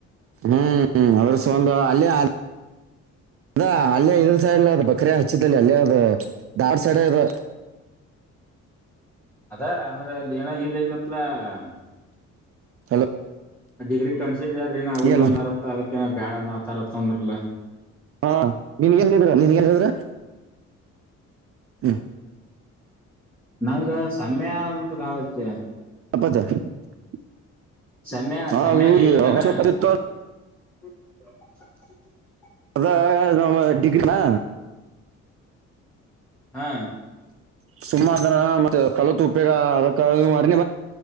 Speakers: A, on the right; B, in the centre.
A: ಹ್ಮ್ ಅದ್ರಸ ಒಂದು ಅಲ್ಲ ಅದ ಅಲ್ಲೇ ಇದ್ರ ಸೈಡ್ ಅದು ಬಕ್ರ ಹಚ್ಚಿದಲ್ಲಿ ಅಲ್ಲೇ ಅದು ಧಾರವಾಡ ಸೈಡ್ ಅದು.
B: ಅದ ಅಂದ್ರೆ ಅಲ್ಲಿ ಏನ್ ಇದ ಇದತ್ಲ ಅಲ್ಲ.
A: ಹಲೋ
B: ಅ ಡಿಗ್ರಿ ಕಣ್ಸಿದ್ಯಾರ ನ ಹುಲ್ಲ
A: ಏನ
B: ಒಂದ್ ಅರತ್ತ ಅದಕ್ಕ ಬ್ಯಾಳ ನ ತರತ್ತ್ ಅಂದ್ರ ಅಲ್ಲ.
A: ಹಾ ನಿನ್ಗೆನ್ದರಾ ನೀನ್ಗೆನದ್ರ ಹ್ಮ್
B: ನಂಗ್ ಸಮಯ ಅಂತಾ ಕಾಲಕ್ಕೆ
A: ಅಪ್ಪಾಜಿ <unintelligible> ಅರ್ಥ
B: ಸಮಯ
A: ಆಗಲಿಲ್ಲ
B: ಸಮಯ ಹೇಳಿದ್ದೇನ <inaudible>
A: ಅದ ನಮ್ಮ ಡಿಗ್ರಿ ನಾ
B: ಹಾ
A: ಸುಮ್ಮದನ ಮತ್ತೆ ಕಲಿತು <unintelligible> ಅರ್ಥ ಆಗಲಿಲ್ಲ